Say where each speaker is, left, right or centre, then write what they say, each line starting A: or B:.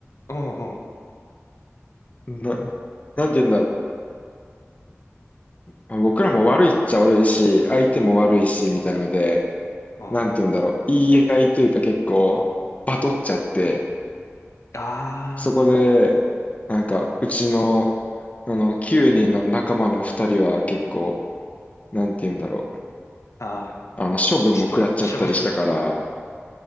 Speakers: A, on the left (about 80°); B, on the left (about 30°).
A: うんうんうん。
B: な、なんて言うんだまあ僕らも悪いっちゃ悪いし、相手も悪いし、みたいので、
A: あ
B: なんて言うんだろう、言い合いというか結構、バトっちゃって、
A: あ、
B: そこで、なんか、うちの、あの、9人の仲間の2人は結構、なんて言うんだろう、
A: あー
B: あの、処分も食らっちゃったりしたから、
A: ちょっと、しょぶ。